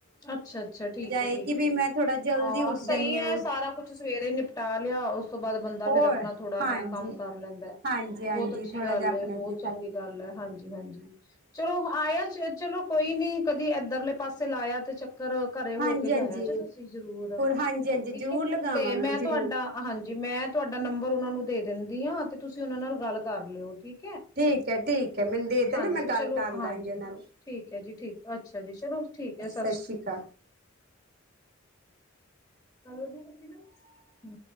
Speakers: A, on the left; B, on the right.
A: ਅੱਛਾ ਅੱਛਾ, ਠੀਕ ਐ,
B: ਇਹ
A: ਠੀਕ
B: ਕਿ ਵੀ
A: ਐ।
B: ਮੈਂ ਥੋੜਾ ਜਲਦੀ
A: ਆ
B: ਉੱਠ
A: ਸਹੀ
B: ਜਾਂਦੀ
A: ਐ
B: ਹਾਂ
A: ਸਾਰਾ ਕੁਛ ਸਵੇਰੇ ਨਿਪ ਪਟਾ ਲਿਆ। ਉਸ ਤੋਂ ਬਾਅਦ ਬੰਦਾ
B: ਹੋਰ
A: ਫਿਰ ਆਪਣਾ ਥੋੜਾ
B: ਹਾਂਜੀ
A: ਐ ਕੰਮ ਕਰ ਲੈਂਦਾ।
B: ਹਾਂਜੀ ਹਾਂਜੀ
A: ਬੋਤ ਅੱਛੀ
B: ਥੋੜਾ
A: ਗੱਲ
B: ਜਿਹਾ ਆਪਣਾ
A: ਏ ਬੋਤ
B: ਤੇ
A: ਚੰਗੀ ਗੱਲ ਐ, ਹਾਂਜੀ ਹਾਂਜੀ। ਚਲੋ ਮ ਆਇਆ, ਚਲੋ ਕੋਈ ਨ੍ਹੀਂ ਕਦੀ ਇੱਧਰਲੇ ਪਾਸੇ ਲਾਇਆ ਤੇ ਚੱਕਰ ਘਰੇ
B: ਹਾਂਜੀ
A: ਹੋ ਕੇ ਜਾਇਆ
B: ਹਾਂਜੀ
A: ਜੇ ਤੁਸੀਂ ਜ਼ਰੂਰ।
B: ਹਾਂਜੀ ਹਾਂਜੀ
A: ਠੀਕ
B: ਜ਼ਰੂਰ
A: ਐ
B: ਲਗਾਵਾਂਗੇ
A: ਤੇ ਮੈਂ ਤੁਆਡਾ
B: ਜ਼ਰੂਰ
A: ਹਾਂਜੀ, ਮੈਂ ਤੁਆਡਾ ਨੰਬਰ ਓਨਾਂ ਨੂੰ ਦੇ ਦਿੰਦੀ ਆਂ ਤੇ ਤੁਸੀਂ ਓਨਾਂ ਨਾਲ ਗੱਲ ਕਰ ਲਿਓ। ਠੀਕ
B: ਠੀਕ ਹੈ ਠੀਕ ਹੈ ਮੈਨੂੰ ਦੇ ਦੇਣਾ
A: ਹਾਂਜੀ
B: ਮੈਂ
A: ਐ,
B: ਗੱਲ
A: ਚਲੋ
B: ਕਰ
A: ਹਾਂਜੀ।
B: ਲਾਂਗੀ ਉਹਨਾਂ ਨਾਲ
A: ਠੀਕ ਐ, ਜੀ ਠੀਕ। ਅੱਛਾ ਜੀ, ਚਲੋ ਠੀਕ ਐ।
B: ਸਤਿ ਸ਼੍ਰੀ ਅਕਾਲ।
A: <inaudible>